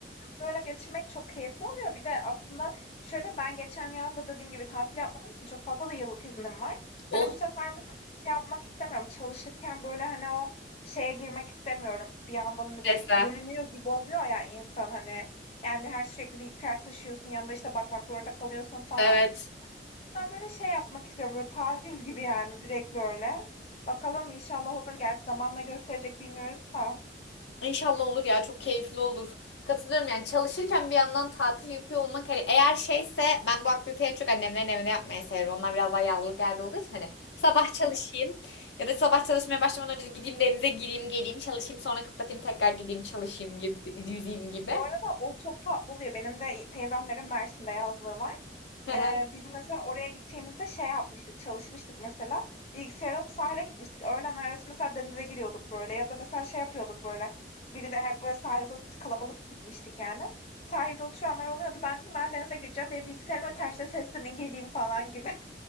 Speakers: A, on the left (about 35°); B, on the left (about 80°).
A: Böyle geçirmek çok keyifli oluyor. Bir de aslında şöyle, ben geçen yaz da dediğim gibi tatil yapmadığım için çok fazla da yıllık iznim var.
B: Oh
A: Hani bu sefer mesela şey yapmak istemiyorum, çalışırken böyle, hani, o şeye girmek istemiyorum. Bir yandan, hani,
B: strese.
A: böyle 2 bölünüyor gibi oluyor ya insan, hani. Yani her sürekli bilgisayar taşıyorsun, yanında, işte, bakmak zorunda kalıyorsun falan.
B: Evet.
A: Ben böyle şey yapmak istiyorum, böyle tatil gibi yani direkt böyle. Bakalım inşallah olur. Gerçi zamanla gösterecek bilmiyoruz ama.
B: İnşallah olur ya çok keyifli olur. Katılıyorum yani çalışırken bir yandan tatil yapıyor olmak hani eğer şeyse ben bu aktiviteyi en çok annemlerin evine yapmayı severim. Onlar biraz daha yazlık yerde olduğu için hani sabah
A: Hı hı.
B: çalışayım ya da sabah çalışmaya başlamadan önce gideyim denize gireyim geleyim çalışayım sonra kapatayım tekrar gideyim çalışayım gibi yüzeyim gibi.
A: Bu arada o çok tatlı oluyor. Benim de teyzemlerin Mersin'de yazlığı var.
B: <laughs>
A: Ee, biz Hı. mesela oraya gittiğimizde şey yapmıştık, çalışmıştık mesela. Bilgisayar alıp sahile gitmiştik. Öğlen arası mesela denize giriyorduk böyle. Ya da mesela şey yapıyorduk böyle. Biriyle hep böyle sahilde ot- kalabalık gitmiştik yani. Sahilde oturanlar oluyordu. Ben dedim ben denize gireceğim. Benim bilgisayarıma terste seslenin geleyim falan gibi. <laughs>